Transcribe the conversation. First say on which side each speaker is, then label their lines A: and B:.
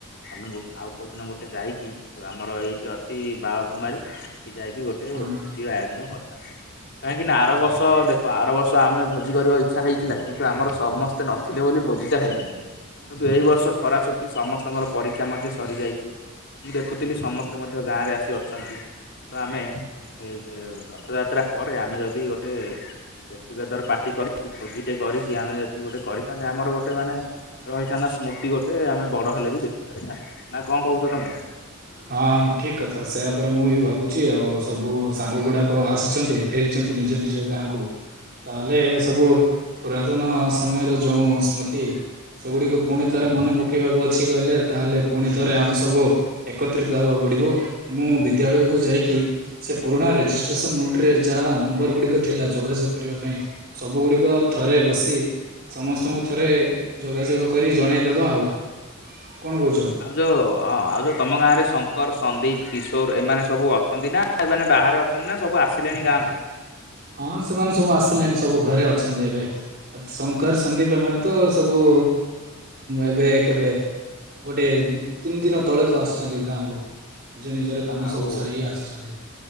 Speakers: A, on the left; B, on the right.
A: ଆମେକୁ ଆଉ କୋଉ ଦିନ ଗୋଟେ ଯାଇକି ଯୋଉ ଆମର ଏଇଠି ଅଛି ବାଳକୁମାରୀ ଖି ଯାଇକି ଗୋଟେ
B: ହଁ
A: ଭୋଜି ଆୟୋଜନ କରିଥାନ୍ତି କାହିଁକି ନା ଆର
B: ହଁ।
A: ବର୍ଷ ଦେଖ ଆର ବର୍ଷ ଆମେ ଭୋଜି କରିବା ଇଚ୍ଛା ହେଇଥିଲା କିନ୍ତୁ ଆମର ସମସ୍ତେ ନଥିଲେ ବୋଲି ଭୋଜିଟା ହେଲାନି। କିନ୍ତୁ ଏଇ ବର୍ଷ ଖରା ଛୁଟି ସମସ୍ତଙ୍କର ପରୀକ୍ଷା ମଧ୍ୟ ସରିଯାଇଛି। ମୁଁ ଦେଖୁଥିଲି ସମସ୍ତେ ମଧ୍ୟ ଗାଁରେ ଆସି ଅଛନ୍ତି ତ ଆମେ ଏଇ ଯେ ରଥଯାତ୍ରା ପରେ ଆମେ ଯଦି ଗୋଟେ ଗେଟ ଟୁଗେଦର ପାର୍ଟି କରି ଭୋଜି ଟେ କରିକି ଆମେ ଯଦି ଗୋଟେ କରିଥାନ୍ତେ ଆମର ଗୋଟେ ମାନେ ରହିଥାନ୍ତା ସ୍ମୃତି ଗୋଟେ। ସେ ଆମେ ବଡ ହେଲେ ବି ଦେଖିପାରିଥାନ୍ତି ନା କଣ କହୁଛ ତମେ?
B: ହଁ ଠିକ କଥା ସେୟପରେ ମୁଁ ବି ଭାବୁଛି ଆଉ ସବୁ ସାଙ୍ଗ ଗୁଡାକ ଆସିଛନ୍ତି। ଫେରିଛନ୍ତି ନିଜ ନିଜ ଗାଁକୁ। ତାହେଲେ ସବୁ ପୁରାତନ ସମୟର ଯୋଉ ସ୍ମୃତି ସେଗୁଡିକୁ ପୁଣି ଥରେ ମନେ ପକେଇବାକୁ ଅଛି। କିଠ କଲେ ତାହେଲେ ପୁଣି ଥରେ ଆମେ ସବୁ ଏକତ୍ରିତ ହେବାକୁ ପଡିବ। ମୁଁ ବିଦ୍ୟାଳୟକୁ ଯାଇକି ସେ ପୁରୁଣା ରେଜିଷ୍ଟ୍ରେସନ ନୋଟ ରେ ଯାହା ନମ୍ବର ଗୁଡିକ ଥିଲା ଯୋଗାଯ କରିବା ପାଇଁ ସବୁ ଗୁଡିକ ଥରେ ବସି ସମସ୍ତଙ୍କୁ ଥରେ ଯୋଗାଯୋଗ କରି ଜଣେଇଦବା ଆଉ କଣ କହୁଛ?
A: ଆଉ ଯୋଉ ହଁ ଆଉ ଯୋଉ ତମ ଗାଁରେ ଶଙ୍କର ସନ୍ଦୀପ କିଶୋର ଏମାନେ ସବୁ ଅଛନ୍ତି ନା ଏମାନେ ବାହାରେ ଅଛନ୍ତି ନା ସବୁ ଆସିଲେଣି ଗାଁକୁ?
B: ହଁ ସେମାନେ ସବୁ ଆସିଲେଣି ସବୁ ଘରେ ଅଛନ୍ତି ଏବେ। ଆ ଶଙ୍କର ସନ୍ଦୀପ ଏମାନେେ ତ ସବୁ ଏବେ କେବେ ଗୋଟେ ତିନି ଦିନ ତଳେ ତ ଆସିଛନ୍ତି ଗାଁକୁ ନିଜ ନିଜର କାମ
A: ଆଉ
B: ସବୁ ସରେଇ ଆସିଛନ୍ତି।